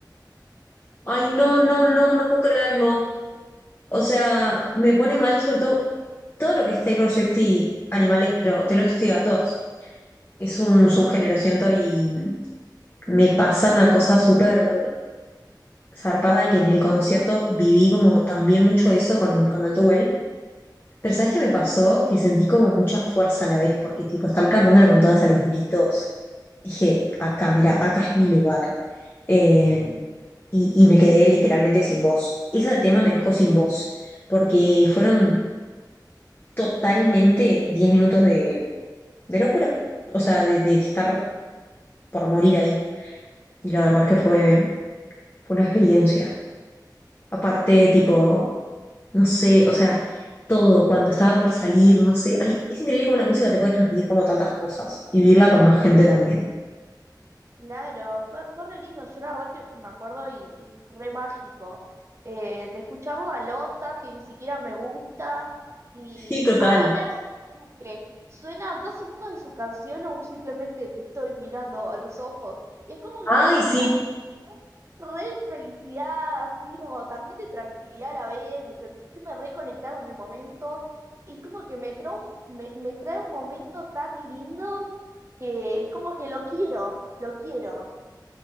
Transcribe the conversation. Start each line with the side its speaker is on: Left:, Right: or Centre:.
Left: Ay,
Right: pobrecito.
Left: no, no, no, no puedo creerlo. O sea, me pone mal sobre todo todo lo que es Taylor Swift y animales, pero Taylor Swift y gatos. Es un subgénero, siento, y me pasa una cosa súper zarpada que en el concierto viví como también mucho eso con, con Alto Well. Pero ¿sabes qué me pasó? Que sentí como mucha fuerza a la vez, porque tipo, estar cantándola con todas a los gritos. Dije, acá, mira, acá es mi lugar. eh, y, y me quedé literalmente sin voz. Ese tema me dejó sin voz, porque fueron totalmente 10 minutos de, de locura, o sea, de, de estar por morir ahí. Y la verdad es que fue,
Right: sí
Left: fue una experiencia. Aparte, tipo, no sé, o sea, todo, cuando estaba por salir, no sé, ay, es increíble cómo la música te puede transmitir como tantas cosas y vivirla con más gente también.
Right: Claro, fue, fue re lindo. Yo la verdad que me acuerdo y, y re mágico. eh, de escucharlo a Lota, que ni siquiera me gusta, y
Left: Sí, total.
Right: ahora es como que suena dos segundos de su canción o un simplemente te estoy mirando a los ojos. Y es como que me
Left: Ay,
Right: trae
Left: sí.
Right: una sensación re de felicidad, así como también de tranquilidad a la vez, de sentirme reconectada con el momento. Y como que me trae un, me me trae un momento tan lindo que es como que lo quiero. Lo quiero.